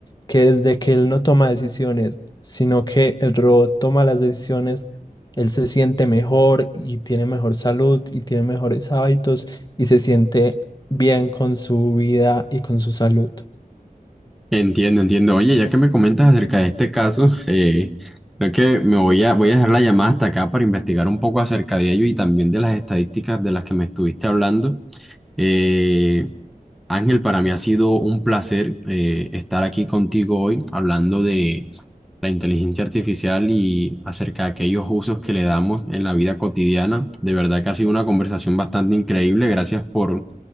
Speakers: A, on the left; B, in the centre.
A: que desde que él no toma decisiones, sino que el robot toma las decisiones, él se siente mejor y tiene mejor salud y tiene mejores hábitos y se siente bien con su vida y con su salud.
B: Entiendo, entiendo. Oye, ya que me comentas acerca de este caso, <laughs> eh, creo que me voy a, voy a dejar la llamada hasta acá para investigar un poco acerca de ello y también de las estadísticas de las que me estuviste hablando. Eh, Ángel, para mí ha sido un placer eh, estar aquí contigo hoy hablando de la inteligencia artificial y acerca de aquellos usos que le damos en la vida cotidiana. De verdad que ha sido una conversación bastante increíble. Gracias por